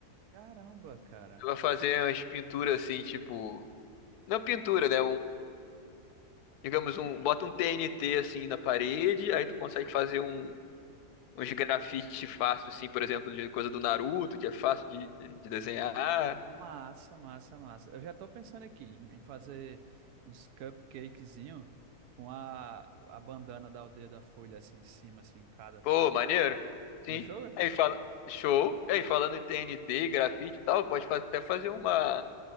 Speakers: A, on the right; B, on the left.
A: Caramba, cara.
B: Tu vai fazer umas pinturas assim, tipo... Não pintura, né? digamos, um, bota um TNT assim na parede, aí tu consegue fazer um, uns grafite fácil, assim, por exemplo, de coisa do Naruto, que é fácil de, de, de desenhar.
A: Massa, massa, massa. Eu já tô pensando aqui em em fazer uns cupcakezinho com a, a bandana da Aldeia da Folha assim em cima, assim, em cada,
B: Pô,
A: sabe?
B: maneiro. Sim.
A: Gostou? cara?
B: Aí fala, show. Aí falando em TNT, grafite e tal, pode fa- até fazer uma,